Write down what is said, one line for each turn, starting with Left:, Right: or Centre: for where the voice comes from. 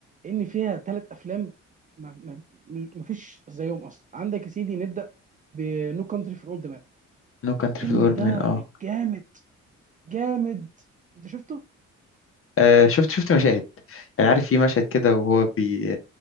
Right: لان فيها ثلاث افلام ما, ما, ما فيش زيهم اصلا عندك يا سيدي نبدا بنو كانتري فور اولد مان
Left: نو كانتري
Right: الفيلم
Left: في الورد
Right: ده
Left: من اه
Right: جامد جامد انت شفته؟
Left: آه، شفت شفت مشاهد يعني عارف في مشهد كده وهو بي